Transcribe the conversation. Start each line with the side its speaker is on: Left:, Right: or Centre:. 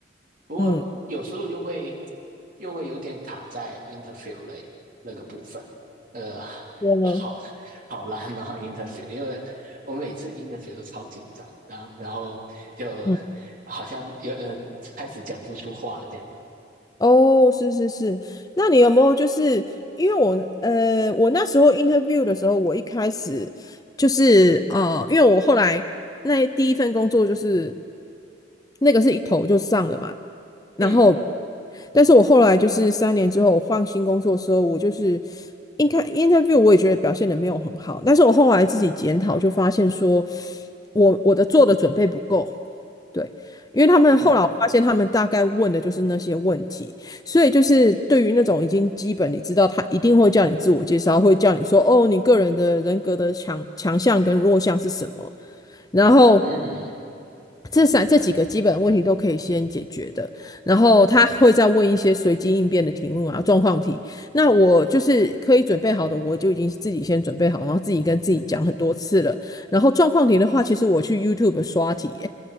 Right: 不过有时候又会
Left: 嗯，
Right: 又会有点卡在 interview 类那个部分，呃，
Left: 我呢？
Right: 好好难哦 interview，因为我每次 interview 都超紧张，然后然后就
Left: 嗯。
Right: 好像有呃开始讲不出话这样。
Left: 哦，是是是，那你有没有就是因为我呃，我那时候 interview 的时候，我一开始就是啊，因为我后来那第一份工作就是那个是一投就上了嘛，然后
Right: 嗯
Left: 但是我后来就是三年之后我换新工作的时候，我就是应该 interview 我也觉得表现的没有很好，但是我后来自己检讨就发现说我我的做的准备不够。对，因为他们后来我发现，
Right: 嗯
Left: 他们大概问的就是那些问题，所以就是对于那种已经基本你知道，他一定会叫你自我介绍，会叫你说哦，你个人的人格的强强项跟弱项是什么，然后
Right: 嗯，
Left: 这三这几个基本问题都可以先解决的，然后他会再问一些随机应变的题目啊，状况题。那我就是可以准备好的，我就已经自己先准备好，然后自己跟自己讲很多次了。然后状况题的话，其实我去 YouTube 刷题。